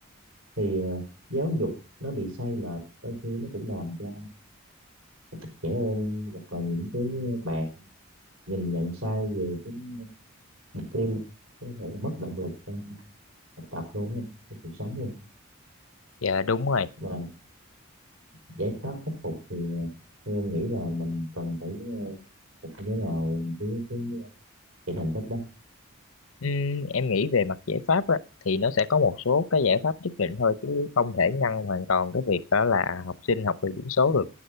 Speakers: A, on the right; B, on the left.
A: thì ờ, giáo dục nó bị sai lệch đôi khi nó cũng làm cho trẻ em hoặc là những cái bạn nhìn nhận sai về cái mục tiêu có thể là mất động lực trong học tập luôn á, trong cuộc sống luôn
B: dạ đúng rồi
A: và giải pháp khắc phục thì ờ, theo em nghĩ là mình cần phải ờ, phục như thế nào với cái ờ, cái thành tích đó
B: Ừm, em nghĩ về mặt giải pháp á, thì nó sẽ có một số cái giải pháp nhất định thôi chứ không thể ngăn hoàn toàn cái việc đó là học sinh học về điểm số được.